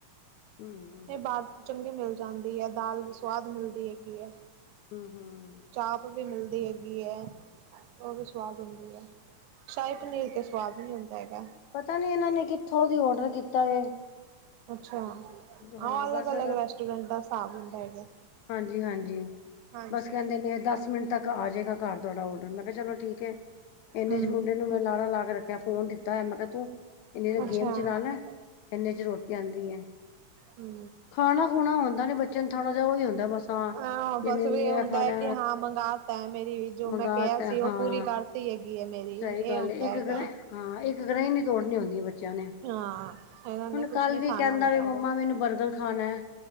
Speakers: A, on the left (about 75°); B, on the right (about 75°).
A: <inaudible>
B: ਨਈ ਬਾਤ ਚੰਗੀ ਮਿਲ ਜਾਂਦੀ ਏ, ਦਾਲ ਵੀ ਸੁਵਾਦ ਮਿਲਦੀ ਹੈਗੀ ਏ।
A: ਹੂੰ, ਹੂੰ
B: ਚਾਪ ਵੀ ਮਿਲਦੀ ਹੈਗੀ ਐ, ਓ ਵੀ ਸਵਾਦ ਹੁੰਦੀ ਏ। ਸ਼ਾਹੀ ਪਨੀਰ ਤੇ ਸਵਾਦ ਨੀਂ ਹੁੰਦਾ ਹੈਗਾ।
A: ਪਤਾਂ ਨੀਂ ਇਨਾਂ ਨੇਂ, ਕਿੱਥੋਂ ਦੀ ਔਡਰ ਕੀਤਾਂ ਏ।
B: ਅੱਛਾ, ਆ
A: ਹਾਂ
B: ਅਲੱਗ-ਅਲੱਗ
A: ਬਸ
B: ਰੈਸਟੋਰੈਂਟਾ ਦਾ ਸਾਬ ਹੁੰਦਾ ਹੈਗਾ।
A: ਹਾਂਜੀ- ਹਾਂਜੀ,
B: ਹਾਂਜੀ।
A: ਬਸ ਕਹਿੰਦੇ ਨੇਂ ਦਸ ਮਿੰਟ ਤੱਕ ਕ ਆਜੇਗਾ, ਘਰ ਤੁਹਾਡਾ ਔਡਰ, ਮੈਂ ਕੇਆ ਚਲੋਂ ਠੀਕ ਏ। ਇੰਨੇ
B: ਹਮ
A: ਚ ਮੁੰਡੇ ਨੂੰ ਮੈਂ ਲਾਰਾ ਲਾ ਕੇ ਰੱਖੇਆਂ, ਫ਼ੋਨ ਦਿੱਤਾਂ ਐਂ, ਮੈਂ ਕੇਆ ਤੂੰ ਏਨੀਂ ਦੇਰ
B: ਅੱਛਾ
A: ਗੇਮ
B: ਹਾਂ
A: ਚਲਾ ਲੈ। ਏਨੇ ਚ ਰੋਟੀ ਆਂਦੀ ਐ।
B: ਹੂੰ
A: ਖਾਨਾ ਖੁਨਾ ਹੁੰਦਾਂ ਨੀਂ, ਬੱਚੇਆਂ ਨੂੰ ਥੋੜ੍ਹਾ ਜੇਆ ਉਹੀ ਹੁੰਦਾਂ ਬਸ।
B: ਹਾਂ, ਬਸ
A: ਵੀ ਮੈਨੇ
B: ਵੇ ਏ ਹੁੰਦਾ
A: ਇਹ ਖਾਣਾ
B: ਏ ਕਿ, ਹਾਂ ਮੰਗਾ ਤਾ ਮੇਰੀ ਜੋ
A: ਮੰਗਾ
B: ਮੈਂ ਕੇਆ
A: ਤਾ
B: ਸੀ,
A: ਹਾਂ
B: ਓ ਪੂਰੀ ਕਰ ਤੀ ਹੈਗੀ ਏ, ਮੇਰੀ
A: ਸਹੀ
B: ਏ
A: ਗੱਲ
B: ਹੁੰਦਾਂ
A: ਇੱਕ
B: ਹੈਗਾ।
A: ਗ੍ਰਹਿ ਹਾਂ, ਏਕ ਗਰਾਈਂ ਨੀਂ ਤੋੜਨੀ ਹੁੰਦੀਂ ਦੀ ਬੱਚ ਚੇਆਂ ਨੇ,
B: ਹਾਂ ਇਹਨਾਂ ਨੇ
A: ਹੁਨ
B: ਕੁਛ
A: ਕੱਲ੍ਹ
B: ਨੀ
A: ਵੀ
B: ਖਾਣਾ
A: ਕਹਿੰਦਾਂ
B: ਹੁੰਦਾ
A: ਵਈ
B: ਹੈਗਾ
A: ਮੰਮਾ ਮੈਂਨੂੰ ਬਰਗਰ ਖਾਨਾ ਐਂ।